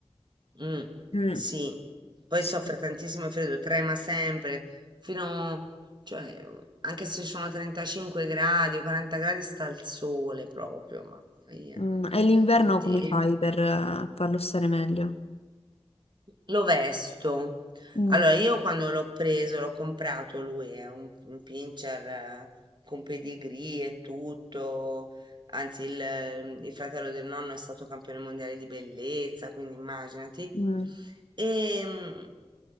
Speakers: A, on the right (about 45°); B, on the left (about 70°).
A: Mm,
B: Mm,
A: sì. Poi
B: sì.
A: soffre tantissimo il freddo, trema sempre, fino, cioè, anche se sono 35 gradi, 40 gradi sta al sole proprio, ma via.
B: Mm, E l'inverno
A: Infatti,
B: come fai per eh, farlo stare meglio?
A: Lo vesto.
B: Mm,
A: Allora, io quando l'ho preso, l'ho comprato lui, è un, un pincher eh, con pedigree e tutto. Anzi, il, eh, il fratello del nonno è stato campione mondiale di bellezza, quindi immaginati.
B: mm.
A: E,